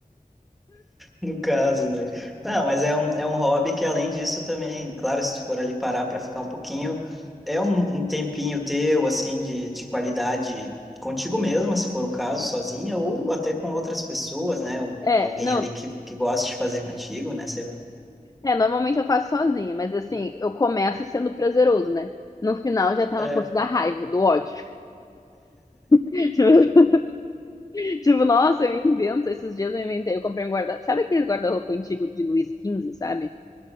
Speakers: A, in the centre; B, on the left.
A: No caso, né? Não, mas é um, é um hobby que além disso também, claro, se tu for ali parar para ficar um pouquinho, é um, um tempinho teu assim de, de qualidade contigo mesmo se for o caso, sozinha ou até com outras pessoas, né? Um-
B: É,
A: alguém
B: não,
A: ali que que gosta de fazer contigo, né? Sei lá.
B: é, normalmente eu faço sozinha, mas assim, eu começo sendo prazeroso, né? No final já tá
A: É.
B: na força da raiva, do ódio. Tipo, <laughs> tipo, nossa, eu invento. Esses dias eu inventei. Eu comprei um guarda-roupa. Sabe aquele guarda-roupa antigo de Luiz quinze sabe?